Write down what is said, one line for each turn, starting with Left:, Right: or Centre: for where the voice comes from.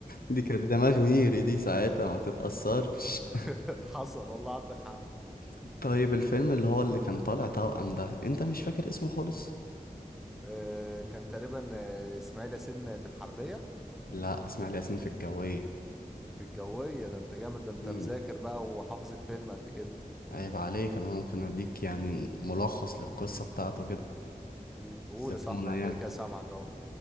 Left: دي كانت دماغ ميري دي ساعتها ما تتأثرش
Centre: <laughs> حصل والله عندك حق
Left: <laughs> طيب الفيلم اللي هو اللي كان طالع توأم ده انت مش فاكر اسمه خالص
Centre: آه، كان تقريبا آه، اسماعيل ياسين في الحربيه
Left: لا اسماعيل ياسين في الجوية
Centre: في الجوية ده انت جامد ده انت
Left: مم.
Centre: مذاكر بقى وحافظ الفيلم قد كده
Left: عيب عليك انا ممكن اديك يعني ملخص للقصة بتاعته كده
Centre: مم. قول
Left: الزتونة
Centre: يا صاحبي انا
Left: يعني
Centre: كده كده سامعك اهو